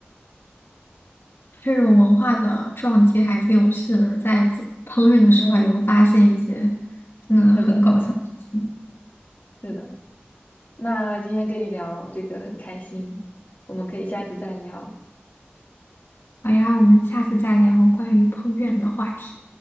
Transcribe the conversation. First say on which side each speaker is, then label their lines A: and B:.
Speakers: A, on the left; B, on the left.
A: 这种文化的撞击还挺有趣的，在做烹饪的时候也能发现一些
B: 嗯，
A: 真的很搞笑的事情。
B: 是的，是的。那今天跟你聊这个很开心，我们可以下次再聊。
A: 好呀，我们下次再聊关于烹饪的话题。